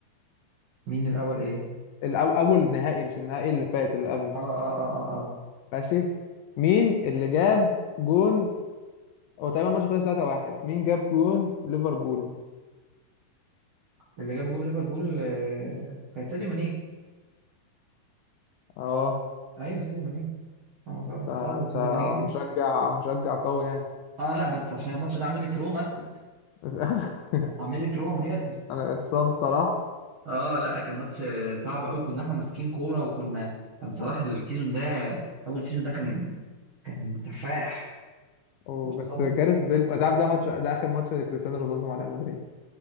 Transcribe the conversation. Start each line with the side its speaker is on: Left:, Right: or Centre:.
Right: مين الاول ايه
Left: الأو... اول نهائي مش النهائي اللي فات اللي قبله
Right: اه اه اه اه, آه.
Left: ماشي مين اللي جاب جون هو تقريبا الماتش خلص 3-1 مين جاب جون ليفربول
Right: اللي جاب جول ليفربول آه. كان ساديو ماني
Left: اه
Right: ايوه ساديو ماني هو صلاح اتصاب
Left: ده انت
Right: وساديو ماني جه
Left: مشجع مشجع قوي يعني
Right: اه لا بس عشان الماتش ده عامل لي تروما اسكت
Left: <laughs>
Right: عامل لي تروما بجد
Left: انا اتصاب صلاح
Right: اه لا كان ماتش صعب قوي كنا احنا ماسكين كوره وكنا كان صلاح السيزون ده اول سيزون ده كان كان سفاح
Left: وبس
Right: واتصاب
Left: جاريث بيل انت عارف ده ماتش ده اخر ماتش لكريستيانو رونالدو مع ريال مدريد